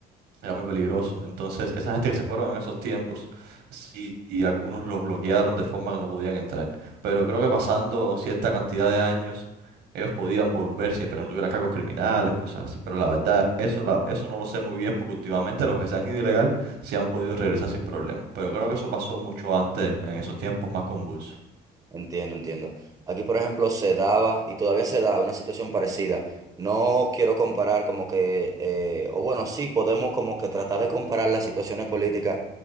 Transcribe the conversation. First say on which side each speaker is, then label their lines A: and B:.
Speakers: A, on the right (about 80°); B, on the right (about 20°).
A: Era muy peligroso. Entonces, esa gente que se fueron en esos tiempos, sí, y algunos los bloquearon de forma que no podían entrar. Pero creo que pasando cierta cantidad de años, ellos podían volver siempre que no tuvieran cargos criminales, cosas así. Pero la verdad, eso, la, eso no lo sé muy bien, porque últimamente los que se han ido ilegal se han podido regresar sin problemas. Pero creo que eso pasó mucho antes, en esos tiempos más convulsos.
B: Entiendo, entiendo. Aquí, por ejemplo, se daba y todavía se da una situación parecida. No quiero comparar como que, eh, o bueno, sí, podemos como que tratar de comparar las situaciones políticas,